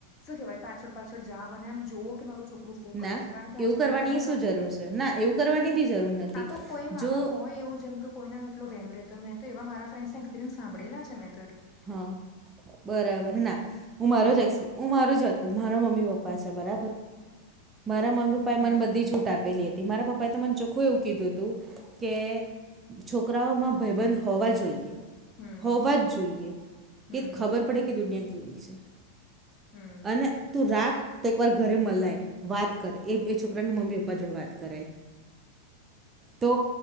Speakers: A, on the left; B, on the right.
A: શું કેવાય પાછળ પાછળ જાવા બને એમ જોઓ. તો મારું છોકરું શું
B: ના
A: કરે છે કારણ કે
B: એવું
A: આજના
B: કરવાની
A: ટાઈમમાં
B: શું
A: તો
B: જરૂર છે ના એવું કરવાની બી જરૂર નથી
A: આ તો કોઈ મા
B: જો
A: બાપ હોય એવું જેમ કે. કોઈના માં એટલો વેમ રહેતો મે તો એવા મારા ફ્રેન્ડસને એક્પરિયસ સાંભળેલા છે મે.
B: હા બરાબર ના હું મારો
A: એમ
B: જ એક્સ હું મારુ જ વાત કરું મારા મમ્મી પપ્પા છે બરાબર મારા મમ્મી પપ્પા એ
A: હમ
B: મને બધી છૂટ આપેલી હતી મારા પપ્પા એ તો મને ચોખ્ખું એવું કીધું હતું કે છોકરાઓમાં ભાઈબંધ હોવા જોઈએ
A: હમ
B: હોવા જ જોઈએ
A: હમ
B: કે ખબર પડે કે દુનિયા કેવી છે
A: હમ
B: અને તું રાખ તો એક વાર ઘરે મલાય વાત કરાય એ છોકરાના મમ્મી પપ્પા જોડે વાત કરાય તો.